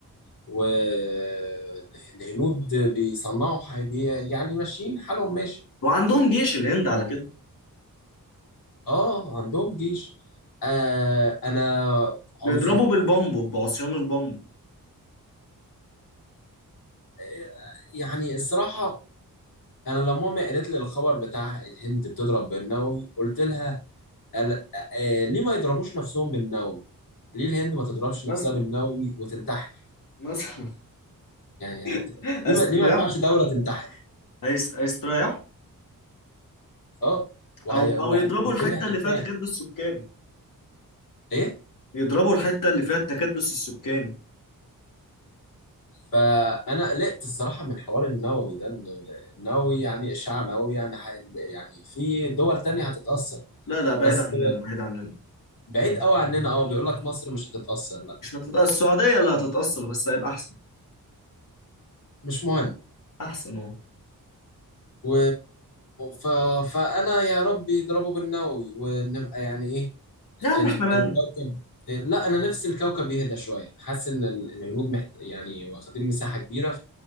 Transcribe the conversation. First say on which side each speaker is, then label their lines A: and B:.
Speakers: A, on the left (about 85°); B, on the left (about 65°).
A: والهنود بيصنعوا حاجة بي- يعني ماشيين حالهم ماشي
B: وعندهم جيش الهند على كده
A: اه عندهم جيش آه انا عنصري
B: بيضربوا بالبامبو بعصيان البامبو
A: آه يعني الصراحة انا لما امي قالت لي الخبر بتاع الهند بتضرب بالنووي قلت لها أنا- آه ليه ما يضربوش نفسهم بالنووي ليه الهند ما تضربش
B: مثلا
A: نفسها بالنووي وتنتحر
B: مثلا
A: يعني هت...
B: <laughs>
A: ليه
B: هيستريحوا
A: ما... ليه ما ينفعش دولة تنتحر
B: هيس- هيستريحوا
A: اه وهي...
B: او
A: ويعني
B: او يضربوا
A: والدنيا
B: الحتة
A: هترتاح
B: اللي فيها تكدس سكاني
A: ايه
B: يضربوا الحتة اللي فيها التكدس السكاني
A: فانا قلقت الصراحه من حوار النووي ده إن النووي يعني اشعاع نووي يعني حي... يعني في دول تانية هتتاثر
B: لا لا بعيد
A: بس
B: عننا بعيد عننا
A: بعيد قوي عننا اه بيقول لك مصر مش هتتاثر لا
B: مش هتتأثر السعودية اللي هتتأثر بس هيبقى احسن
A: مش مهم
B: احسن اهو
A: و... ف... فانا يا رب يضربوا بالنووي ونبقى يعني ايه
B: يا عم
A: ال...
B: احنا مالنا
A: الكوكب لا انا نفسي الكوكب يهدى شويه حاسس ان ال- الهنود محت... يعني واخدين مساحه كبيره